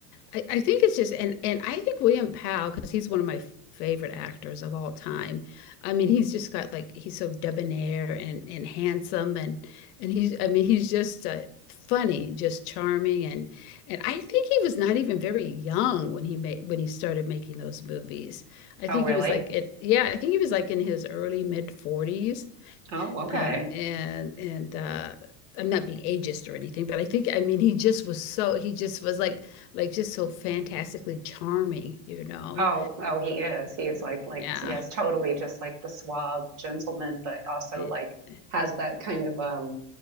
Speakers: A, on the left; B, on the right.
A: I, I think it's just and and I think William Powell, because he's one of my favorite actors of all time. I mean, he's just got like he's so debonair and and handsome and and he's I mean he's just uh, funny, just charming and and I think he was not even very young when he made when he started making those movies. I
B: Oh,
A: think
B: really?
A: he was like it yeah, I think he was like in his early mid 40s
B: Oh, okay.
A: um and and uh I'm not being ageist or anything, but I think I mean he just was so he just was like like just so fantastically charming, you know.
B: Oh, oh, he is. He is like, like,
A: Yeah.
B: yes, totally, just like the suave gentleman, but also
A: It-
B: like has that kind of um,